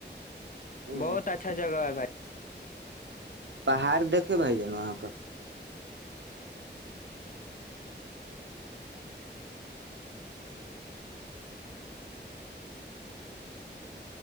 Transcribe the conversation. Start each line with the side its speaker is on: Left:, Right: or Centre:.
Right: جان
Left: بہت اچھا جگہ ہے بھائی
Right: پہاڑ دیکے بائی جان آاں کا